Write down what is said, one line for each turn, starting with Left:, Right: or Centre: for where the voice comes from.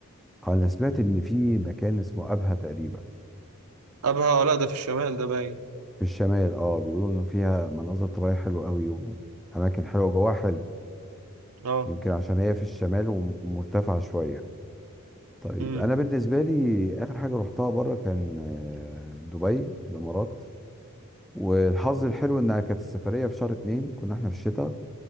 Centre: أنا سمعت إن في مكان اسمه أبها تقريبا
Right: ابها آه، لا ده في الشمال ده باين
Centre: في الشمال اه بيقولوا إنه فيها مناظر طبيعية حلوة قوي وأماكن حلوة جواها حلو
Right: اه
Centre: يمكن عشان هي في الشمال ومرتفعة شوية طيب
Right: مم.
Centre: انا بالنسبه لي اخر حاجه رحتها بره كان آه، دبي في الامارات والحظ الحلو انها كانت السفريه في شهر اتنين كنا احنا في الشتاء